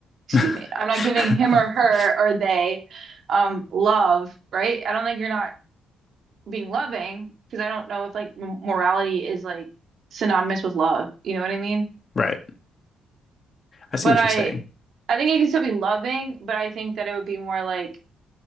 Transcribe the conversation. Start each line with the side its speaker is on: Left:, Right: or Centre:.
Right: Excuse
Left: <laughs>
Right: me. I'm not giving him or her or they, um, love, right? I don't think you're not being loving, because I don't know if like m morality is like synonymous with love. You know what I mean?
Left: Right. I see
Right: But
Left: what
Right: I,
Left: you're saying.
Right: I think it can still be loving, but I think that it would be more like.